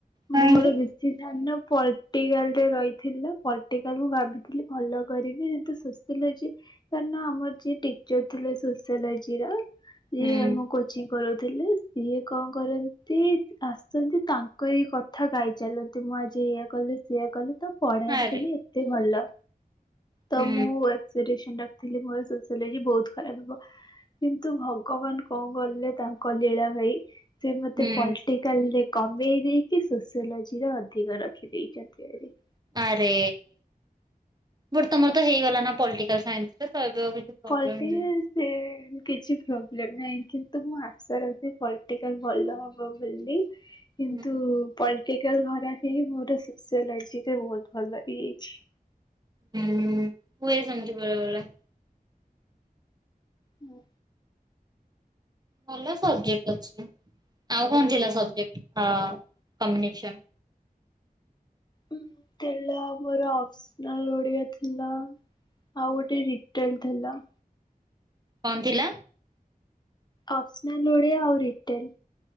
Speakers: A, on the right; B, on the left.
A: କାହିଁକି?
B: ମୋର ବେଶୀ ଧ୍ୟାନ ପଲ୍ଟିକାଲରେ ରହିଥିଲା ପଲ୍ଟିକାଲ ମୁଁ ଭାବିଥିଲି ଭଲ କରିବି କିନ୍ତୁ ସୋସ୍ୟଲୋଜି କାରଣ ଆମର ଯିଏ ଟିଚର ଥିଲେ ସୋସ୍ୟଲୋଜିର। ସିଏ
A: ହୁଁ
B: ଆମ କୋଚିଂ କରଉଥିଲେ, ସିଏ କଣ କରନ୍ତି ଆସନ୍ତି ତାଙ୍କ ଏଇ କଥା ଥା ଗାଇଚାଲନ୍ତି ମୁଁ ଆଜି ଏଇଆ କଲି ସେଇଆ କଲି ତ ପଢାନ୍ତିନି
A: ଆରେ
B: ଏତେ ଭଲ ତ
A: ହୁଁ
B: ମୁଁ ସିରି ସେଣ୍ଡକ୍ ଥିଲି ମୋର ସୋସିଓଲୋଜି ବହୁତ ଖରାପ ହେବ। କିନ୍ତୁ ଭଗବାନ କଣ କଲେ ତାଙ୍କ ଲୀଳା ଭାଇ ସେ ମତେ
A: ହୁଁ
B: ପଲ୍ଟି କାଲ୍ ରେ କମେଇ ଦେଇକି ସୋସିଓଲୋଜିର ଅଧିକ ରଖିଦେଇଛନ୍ତି ଆରି।
A: ଆରେ ବଟ୍ ତମର ତ ହେଇଗଲା ନା ପଲ୍ଟିକାଲ ସାଇନ୍ସ୍ ରେ ତ ଏବେ ଆଉ କିଛି ପ୍ରୋବ୍ଲେମ
B: ପଲ୍ଟଟିକାଲ।
A: ନାହିଁ।
B: ସେ କିଛି ପ୍ରୋବ୍ଲେମ ନାହିଁ କିନ୍ତୁ ମୁଁ ଆଶା ରଖିଛି ପଲିଟିକାଲ ଭଲ ହବ। ବଭୋଲ୍ଲୀ କିନ୍ତୁ
A: ହୁଁ
B: ପଲ୍ଟିକାଲ ଖରାପ ହେଇକି ମୋର ସୋସିଅଲୋଜିରେ ବହୁତ ଭଲ ହେଇଯାଇଛି।
A: ହୁଁ ହୁଏ ସେମିତି ବେଳେବେଳେ।
B: ହୁଁ।
A: ଭଲ ସବଜେକ୍ଟ ଅଛି, ଆଉ କଣ ଥିଲା ସବଜେକ୍ଟ ହଁ କମ୍ବୀନେସନ?
B: ଉଁ ଥିଲା ମୋର ଅଫସନାଲ ଓଡିଆ ଥିଲା। ଆଉ ଗୋଟେ ରିଟେଲ ଥିଲା।
A: କଣ ଥିଲା?
B: ଅଫ୍ସନାଲ୍ ଓଡ଼ିଆ ଆଉ ରିଟେଲ୍।